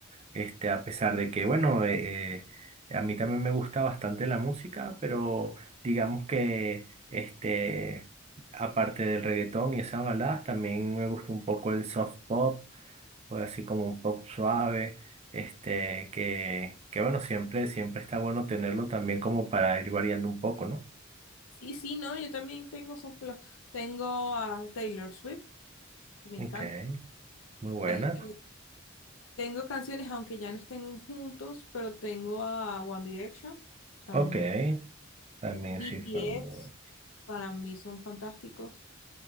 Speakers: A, on the right; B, on the left.
A: Este, a pesar de que, bueno, eh, eh, a mí también me gusta bastante la música, pero digamos que, este, aparte del reggaetón y esas baladas, también me gusta un poco el soft pop pues así como un pop suave, este, que, que bueno, siempre, siempre está bueno tenerlo también como para ir variando un poco, ¿no?
B: Sí, sí, no, yo también tengo esos flo- Tengo a Taylor Swift, que me
A: Ok,
B: encanta.
A: muy buena.
B: Este, tengo canciones, aunque ya no estén juntos, pero tengo a One Direction, también
A: Ok,
B: me encanta.
A: también
B: BTS,
A: sí fue muy buena.
B: para mí son fantásticos.